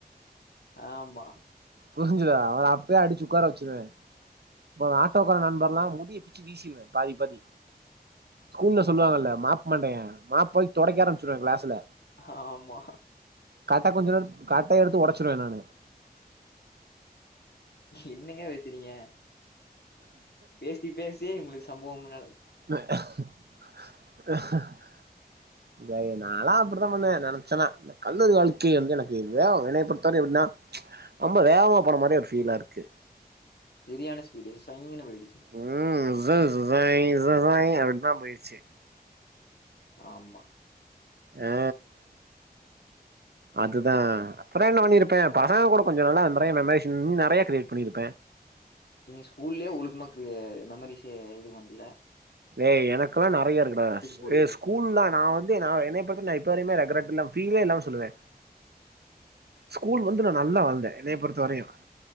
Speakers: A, on the left; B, on the right.
A: ஆமா
B: புரிஞ்சுதா அவர அப்பயே அடிச்சு உக்கார வச்சுருவ ப ஆட்டோக்கார நண்பர்லா முடிய பிச்சு வீசிருவே பாதி பாதி ஸ்கூல்ல சொல்லுவாங்கல்ல மாப் மண்டையே மாப் போய் தொடைக்க ஆரம்பிச்சுருவ கிளாஸ்சுல
A: ஆமா
B: கட்ட கொஞ்ச நேர கட்டை எடுத்து ஒடச்சுருவே நானு
A: என்னங்க வெக்குறீங்க பேசி பேசியே உங்களுக்கு சம்பவோ மேல
B: <unintelligible> இங்காரு நால்லா அப்படித்தா பண்ணுவ நெனச்சன்னா இந்த கல்லூரி வாழ்க்கை வந்து எனக்கு இதுவே என்னை பொறுத்தவரையு எப்பின்னா ரொம்ப வேகமாக போன மாறியே ஒரு ஃபீலா இருக்கு
A: சரியான ஃபீஸ்டு சொயின்னு போயிடிச்சு
B: உம் ஸ்சுசொயின் இஸ்சுசொயின் அப்டிதா போயிடிச்சு
A: ஆமா
B: அ அதுதா அப்புறோ என்ன பண்ணிருப்பே பசங்க கூட கொஞ்சோ நல்லா நெறைய மெமரீஸ் இன்னும் நெறைய கிரியேட் பண்ணிருப்பே
A: நீ ஸ்கூல்லயே ஒழுக்கமாக்கு மெமரிஸ்சு இது பண்ல
B: டேய் எனக்கெல்லா நெறையா இருக்குடா
A: போயிருவேன்.
B: ஏ ஸ்கூ ல்ல நா வந்து நா என்னைய பொறுத்த வரை நா இப்ப வரையுமே <unintelligible> ஃபீலே இல்லாம சொல்லுவே ஸ்கூல் வந்து நா நல்லா வாழ்ந்தே என்னைய பொறுத்த வரையு